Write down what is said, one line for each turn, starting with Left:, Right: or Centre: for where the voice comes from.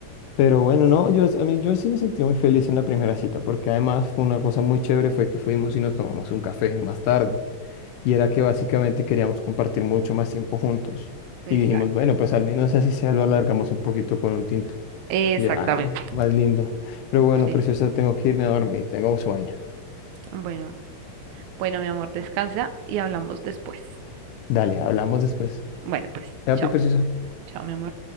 Left: Pero bueno, no, yo, a mí, yo sí me sentí muy feliz en la primera cita, porque además fue una cosa muy chévere, fue que fuimos y nos tomamos un café más tarde. y era que básicamente queríamos compartir mucho más tiempo juntos.
Right: exacto,
Left: Y dijimos, bueno, pues al menos así sea, lo alargamos un poquito con un tinto.
Right: exactamente.
Left: Y yo, ah, ve, más lindo. Pero bueno,
Right: Sí,
Left: preciosa, tengo que irme a dormir, tengo sueño.
Right: bueno, bueno, mi amor, descansa y hablamos después.
Left: Dale, hablamos después.
Right: Bueno, pues,
Left: Ya,
Right: chao,
Left: pi, preciosa.
Right: chao, mi amor.